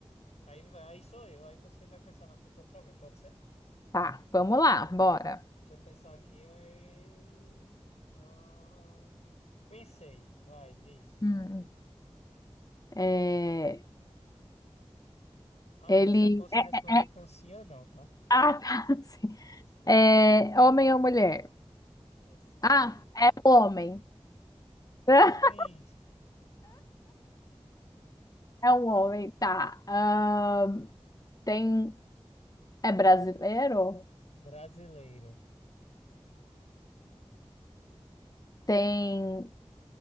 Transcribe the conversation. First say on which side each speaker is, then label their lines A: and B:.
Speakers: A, on the left (about 85°); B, on the left (about 35°).
A: aí vai, aí sou eu, aí você vai pensar na pessoa pra mim, pode ser?
B: Tá, vamos lá,
A: Beleza.
B: bora.
A: Deixa eu pensar aqui. e- Ah, Pensei, vai, diz.
B: Hum. É,
A: Ah,
B: ele.
A: eu só posso
B: é, é,
A: responder
B: é,
A: com sim ou não, tá?
B: Ah, tá. <laughs> Sim.
A: Desculpa.
B: É, homem ou mulher?
A: É sim
B: Ah,
A: ou não.
B: é homem. <laughs>
A: Sim,
B: É um homem, tá. Ahn, tem. É brasileiro?
A: brasileiro.
B: Tem.